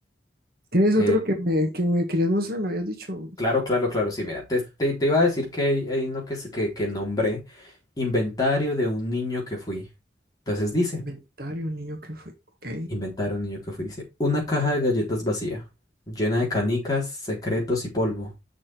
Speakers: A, on the right; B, on the left.
A: ¿Tienes
B: eh,
A: otro que me, que me querías mostrar? Me habías dicho
B: claro, claro, claro, sí, mira, te, te, te iba a decir que hay, hay uno que, se- que, que nombré, inventario de un niño que fui. Entonces dice.
A: inventario, un niño que fue. Ok.
B: Inventaron un niño que fue, dice, una caja de galletas vacía, llena de canicas, secretos y polvo,